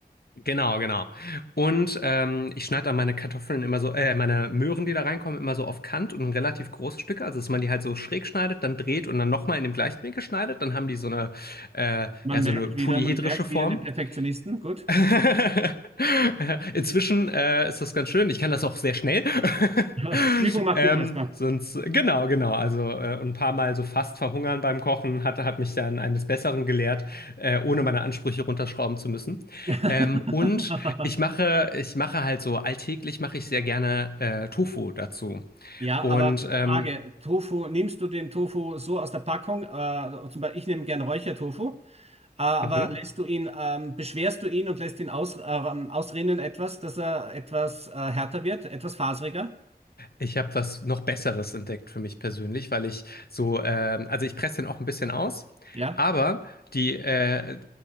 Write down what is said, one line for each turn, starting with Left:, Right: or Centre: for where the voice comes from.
Left: Genau, genau. Und ähm, ich schneide dann meine Kartoffeln immer so, äh, meine Möhren, die da reinkommen, immer so auf Kant und in relativ große Stücke. Also, dass man die halt so schräg schneidet, dann dreht und dann nochmal in dem gleichen Winkel schneidet. Dann haben die so eine, äh,
Right: Man
Left: ja, so
Right: merkt
Left: eine polyhedrische
Right: wieder, man merkt
Left: Form.
Right: wieder den Perfektionisten. Gut.
Left: <laughs> Inzwischen äh, ist das ganz schön. Ich kann das auch sehr schnell.
Right: <laughs>
Left: <laughs>
Right: Übung macht
Left: ähm,
Right: den Meister.
Left: sonst, genau, genau. Also äh, ein paar Mal so fast verhungern beim Kochen hat, hat mich dann eines Besseren gelehrt, äh, ohne meine Ansprüche runterschrauben zu müssen.
Right: <laughs>
Left: Ähm, und ich mache, ich mache halt so alltäglich mache ich sehr gerne äh, Tofu dazu.
Right: Ja,
Left: Und
Right: aber
Left: ähm,
Right: Frage, Tofu, nimmst du den Tofu so aus der Packung? Äh, zum Beispiel, ich nehme gern Räuchertofu, äh, aber
Left: mhm.
Right: lässt du ihn, ähm, beschwerst du ihn und lässt ihn aus, äh, ausrinnen etwas, dass er etwas äh, härter wird, etwas faseriger?
Left: Ich habe was noch Besseres entdeckt für mich persönlich, weil ich so, ähm, also ich presse den auch ein bisschen aus,
Right: Ja?
Left: aber die, äh,